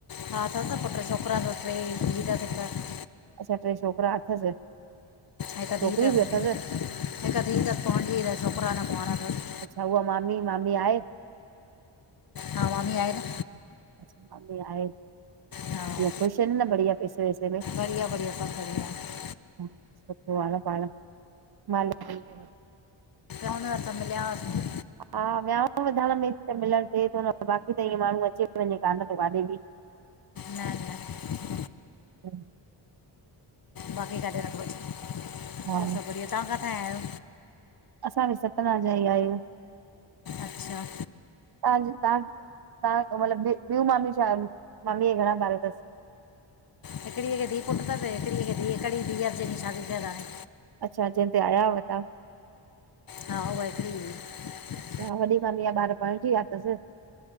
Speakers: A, on the left; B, on the right.
A: हा अथस न पुट छोकिरा तस टे धीउ तस हिक
B: अच्छा टे छोकिरा अथसि,
A: हिकु
B: छोकिरी
A: ऐं
B: बि अथसि।
A: हिकु धीउ तस पढंदी तस, छोकिरा अञां कुवांरा तस।
B: अच्छा उहा मामी, मामी आहे।
A: हा मामी आहे न
B: अच्छा मम्मी आहे।
A: हा
B: <unintelligible> ख़ुश आहिनि न, बढ़िया पैसे वैसे में
A: बढ़िया बढ़िया सभु बढ़िया आहे
B: अच्छा, पोइ हाणे पाण मालिक जी
A: चओ न त, मिलिया होसीं।
B: हा विहांव वधण में त मिलणु थिए थो न, बाक़ी त ईअं माण्हू अचे वञे कान थो काॾे बाकी <inaudible>
A: न न
B: हं
A: बाक़ी काथे रखो, ॿियो
B: हा
A: सभु बढ़िया, तव्हां काथां आया आहियो?
B: असां बि सतना जा ई आहियूं।
A: अच्छा
B: तव्हांज तव्हां, तव्हां मतलब ॿियूं मामीअ छा मामीअ घणा ॿ ॿार तसि?
A: हिकिड़ी खे धीउ पुट तस, हिकिड़ी खे <unintelligible> हिकड़ी धीअ जंहिंजी शादी थियल आहे।
B: अच्छा, जंहिं ते आया हुआ तव्हां?
A: हा, हूअ हिकड़ी हुई।
B: अच्छा, वॾी मामीअ जा ॿार पणिजी विया तसि?